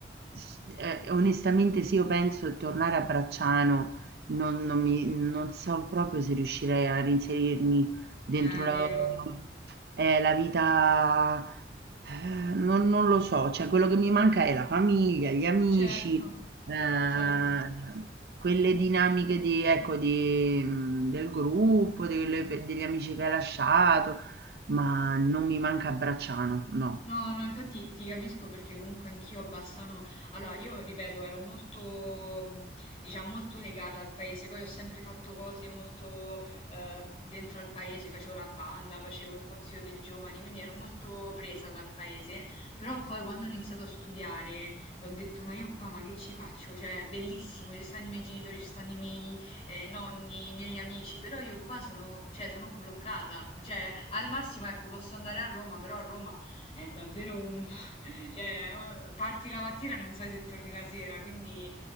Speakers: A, on the right; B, on the left.
A: s ehm, onestamente se io penso di tornare a Bracciano non non mi non so proprio se riuscirei a reinserirmi dentro
B: Eh,
A: la
B: vero.
A: ehm, la vita ehm, non non lo so, cioè quello che mi manca è la famiglia, gli amici,
B: Certo,
A: ehm,
B: certo.
A: quelle dinamiche di ecco, di mhmm, del gruppo, delle pe degli amici che hai lasciato, ma non mi manca Bracciano, no.
B: No, no, infatti ti capisco perché comunque anch'io a Bassano, allora io ripeto, ero molto, mh, diciamo, molto legata al paese, poi ho sempre fatto cose molto eh, dentro al paese, facevo la banda, facevo il consiglio dei giovani, quindi ero molto presa dal paese, però poi quando ho iniziato a studiare ho detto, ma io qua, ma che ci faccio? Cioè, è bellissimo, ci stanno i miei genitori, ci stanno i miei eh, nonni, i miei amici, però io qua sono, cioè, sono bloccata, cioè, al massimo, ecco, posso andare a Roma, però a Roma è davvero un... <laughs> cioè, eh, parti la mattina e non sai se torni la sera, quindi